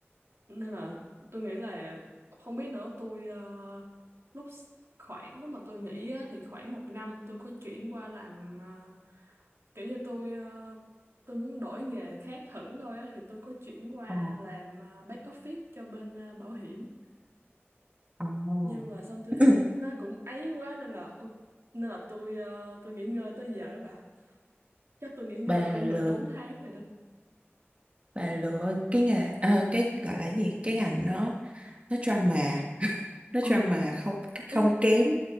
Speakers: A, on the right; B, on the right.
A: nên là tôi nghĩ là không biết nữa tôi ờ, lúc s- khoảng lúc mà tôi nghỉ á, thì khoảng một năm tôi có chuyển qua làm ờ, kiểu như tôi ờ, tôi muốn đổi nghề khác thử thôi á, thì tôi có chuyển qua
B: ờ
A: làm ờ, back office cho bên ờ, bảo hiểm
B: ờ
A: nhưng mà xong tôi
B: <coughs>
A: thấy nó cũng ấy quá nên là ô- nên là tôi ờ, tôi nghỉ ngơi tới giờ đó bà chắc tôi nghỉ ngơi
B: bà
A: cũng
B: lừa
A: được 4 tháng rồi đó
B: bà lừa cái nghề ờ, cái gọi là cái gì cái ngành đó nó drama <laughs> nó
A: ừ
B: drama không không
A: <laughs>
B: kém